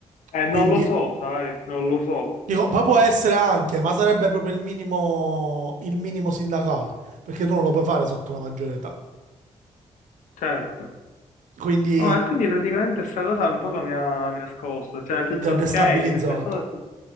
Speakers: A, on the left; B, on the right.
A: Eh, non
B: Quindi
A: lo so, sai, non lo so,
B: dico, poi può essere anche, ma sarebbe proprio il minimo, il minimo sindacale, perché tu non lo puoi fare sotto la maggiore età.
A: certo.
B: Quindi
A: No, e quindi praticamente sta cosa un po' mi ha, mi ha scosso, cioè nel senso,
B: ti ha destabilizzato.
A: ok, mi aspettavo... che-